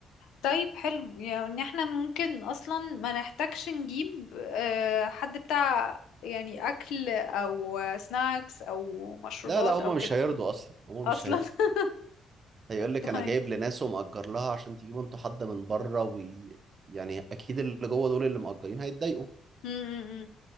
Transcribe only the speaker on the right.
لا لا هما
مش هيرضوا أصلا هما
مش هيرضوا
هيقول لك
أنا جايب لناس ومأجر لها عشان تجيبوا انتوا حد من بره وي... يعني أكيد اللي جوه دول اللي مأجرين هيتضايقوا